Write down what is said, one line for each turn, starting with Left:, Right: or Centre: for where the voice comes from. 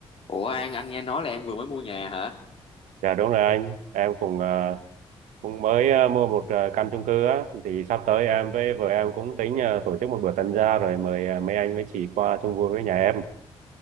Left: Ủa An, anh nghe nói là em vừa mới mua nhà hả?
Right: Dạ đúng rồi anh, em cũng ờ, cũng mới ờ, mua một ờ, căn chung cư á, thì sắp tới em với vợ em cũng tính ờ, tổ chức một bữa tân gia rồi mời ờ, mấy anh mấy chị qua chung vui với nhà em.